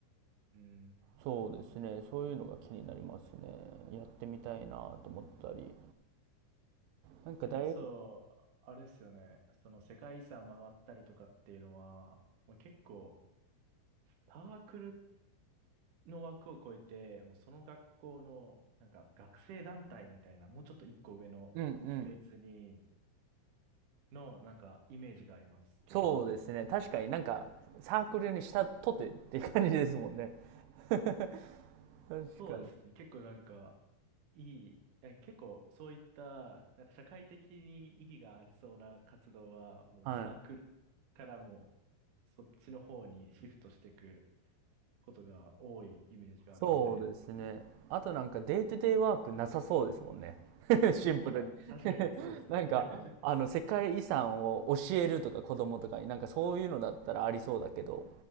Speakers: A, on the right (about 60°); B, on the right (about 90°).
A: うん。
B: そうですね、そういうのが気になりますね。やってみたいなと思ったり。なんか大、
A: それこそ、
B: うん
A: あれですよね。その世界遺産回ったりとかっていうのは、もう結構、サークルの枠を超えて、もうその学校の、なんか学生団体みたいな、もうちょっと一個上のフェーズに、
B: うん。
A: の、なんかイメージがあります、結構。
B: そうですね。確かになんか、サークルにしたとてって感じですもんね。<laughs> 確かに。
A: そうですね。結構なんか、いい、いや結構そういった、なんか社会的に意義がありそうな活動は、もうサークルからも、
B: はい。
A: そっちの方にシフトしていくことが多いイメージがあるので、
B: そうですね。あとなんかデイトゥデイワークなさそうですもんね。<laughs> シンプルに
A: そうな、確かにそうですね。
B: <laughs> なんか、あの、世界遺産を教えるとか子供とかに、なんかそういうのだったらありそうだけど、